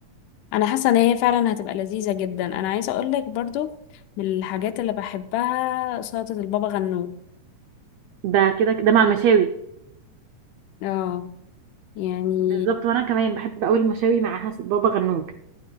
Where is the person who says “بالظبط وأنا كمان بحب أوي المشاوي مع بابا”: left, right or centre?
Right